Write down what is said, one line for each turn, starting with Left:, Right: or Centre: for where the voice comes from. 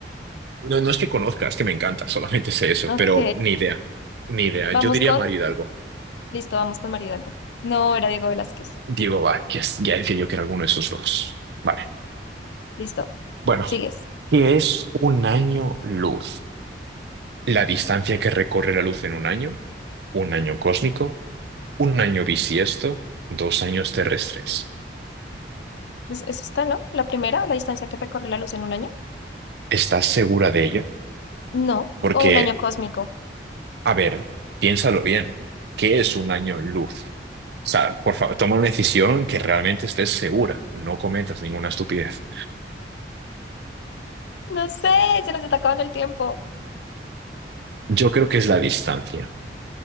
Right: No, no es que conozcas, que me encanta, solamente sé eso,
Left: Ok,
Right: pero ni idea. Ni idea.
Left: vamos
Right: Yo diría
Left: con,
Right: Mario Hidalgo.
Left: listo, vamos con María Hidalgo. No, era Diego Velázquez.
Right: Diego Velázquez, ya decía yo que era alguno de esos dos. Vale.
Left: Listo,
Right: Bueno.
Left: sigues.
Right: ¿Qué es un año luz? La distancia que recorre la luz en un año, un año cósmico, un año bisiesto, dos años terrestres.
Left: Es- Eso está, ¿no? La primera, la distancia que recorre la luz en un año.
Right: ¿Estás segura de ello?
Left: No,
Right: Porque,
Left: o un año cósmico.
Right: a ver, piénsalo bien. ¿Qué es un año luz? O sea, por favor, toma una decisión que realmente estés segura. No cometas ninguna estupidez.
Left: No sé, se nos está acabando el tiempo.
Right: Yo creo que es la distancia,